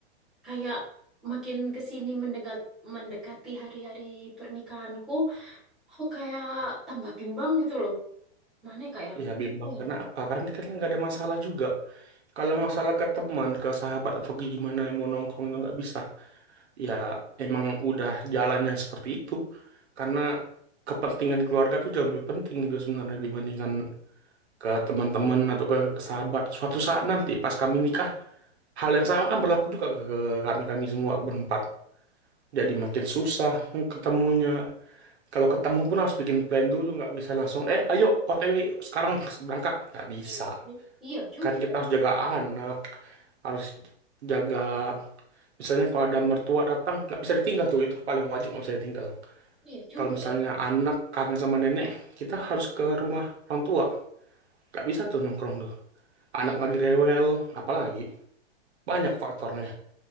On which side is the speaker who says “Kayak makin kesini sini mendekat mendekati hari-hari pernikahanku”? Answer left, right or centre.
Centre